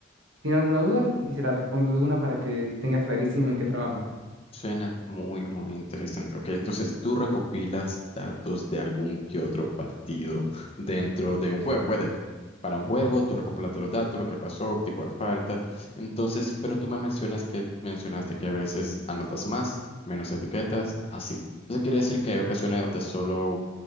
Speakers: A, on the right; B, on the left.
A: ¿Tiene alguna duda? Y se la respondo de una para que tengas clarísimo en qué trabajo.
B: Suena muy, muy interesante. Ok, entonces tú recopilas datos de algún que otro partido dentro de un juego. Puede, para un juego, tú recopilaste los datos, lo que pasó, tipo de falta. Entonces, pero tú me mencionas que mencionaste que a veces anotas más, menos etiquetas, así. Entonces quiere decir que hay ocasiones donde solo